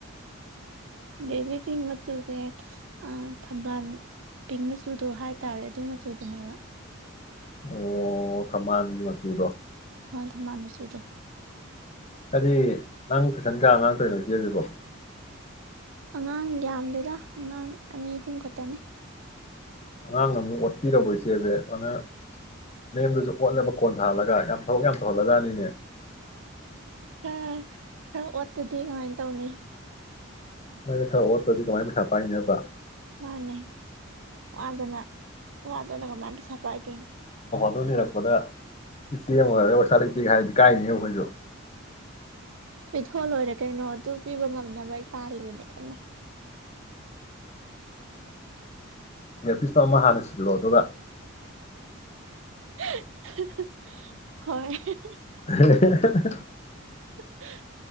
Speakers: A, on the right (about 70°); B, on the left (about 30°).
A: ꯕꯦꯕꯤꯁꯤꯡ ꯃꯆꯨꯁꯦ ꯑ ꯊꯝꯕꯥꯟ ꯄꯤꯡ ꯃꯆꯨꯗꯣ ꯍꯥꯏꯇꯥꯔꯦ ꯑꯗꯨ ꯃꯆꯨꯗꯨꯅꯦꯕ
B: ꯑꯣ ꯊꯝꯕꯥꯟ ꯃꯆꯨꯗꯣ
A: ꯍꯣꯏ ꯊꯝꯕꯥꯟ ꯃꯆꯨꯗꯣ
B: ꯀꯔꯤ ꯅꯪ ꯇꯨꯢꯁꯟ ꯀꯥꯌꯥ ꯉꯥꯡ ꯇꯧꯏꯅꯣ ꯖꯤꯖꯤꯕꯣ
A: ꯑꯉꯥꯡ ꯌꯥꯝꯗꯦꯗ ꯑꯉꯥꯡ ꯑꯅꯤ ꯑꯍꯨꯝ ꯈꯛꯇꯅꯤ
B: ꯑꯉꯥꯡꯅ ꯑꯃꯨꯛ ꯑꯣꯠꯄꯤꯔꯧꯕ ꯏꯆꯦꯁꯦ ꯑꯗꯨꯅ ꯅꯦꯝꯗꯁꯨ ꯑꯣꯠꯂꯕ ꯀꯣꯟꯊꯥꯍꯜꯂꯒ ꯌꯥꯝ ꯊꯕꯛ ꯌꯥꯝ ꯇꯧꯍꯜꯂꯖꯥꯠꯅꯤꯅꯦ
A: ꯈꯔ ꯈꯔ ꯑꯣꯠꯇꯗꯤ ꯀꯃꯥꯏ ꯇꯧꯅꯤ
B: ꯁꯨꯃꯥꯢꯅ ꯈꯔ ꯑꯣꯠꯇꯗꯤ ꯀꯃꯥꯏꯅ ꯄꯩꯁꯥ ꯄꯥꯏꯅꯤ ꯅꯇ꯭ꯔ
A: ꯃꯥꯅꯦ ꯋꯥꯗꯅ ꯋꯥꯗꯅ ꯀꯃꯥꯏꯅ ꯄꯩꯁꯥ ꯄꯥꯏꯗꯣꯏꯅꯣ
B: <unintelligible> ꯔꯛꯄꯗ ꯏꯆꯦꯃ ꯑꯣꯏꯔ <unintelligible> ꯂꯩꯇꯦꯒ ꯍꯥꯢꯔꯗꯤ ꯏꯀꯥꯢꯅꯦꯕ ꯑꯩꯈꯣꯢꯖꯨ
A: ꯄꯤꯊꯣꯑ ꯂꯣꯏꯔꯦ ꯀꯩꯅꯣ ꯑꯗꯨꯨ ꯄꯤꯕ ꯉꯝꯅꯕ ꯢ ꯇꯥꯜꯂꯤꯕꯅꯤ ꯀꯟꯅ
B: ꯑꯦꯔꯄꯤꯁꯇꯣ ꯑꯃ ꯍꯥꯟꯅ ꯁꯤꯜꯂꯣ ꯑꯗꯨꯒ
A: ꯍꯍ ꯍꯍ ꯍꯣꯏ ꯍꯍ
B: ꯍꯍꯍꯍꯍ
A: ꯍ ꯍ